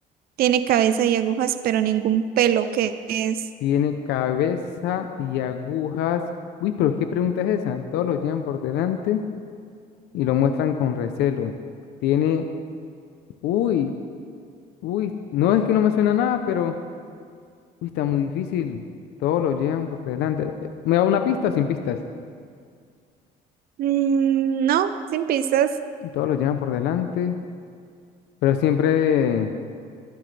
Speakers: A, on the right; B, on the left.
A: Tiene cabeza y agujas, pero ningún pelo. ¿Qué es?
B: Tiene cabeza y agujas. Uy, pero ¿qué pregunta es esa? Todos lo llevan por delante y lo muestran con recelo. Tiene, uy. Uy, no es que no me suena nada, pero uy, está muy difícil. Todos lo llevan por delante. Eh, ¿Me da una pista o sin pistas?
A: Mm, no, sin pistas.
B: Todos lo llevan por delante, pero siempre,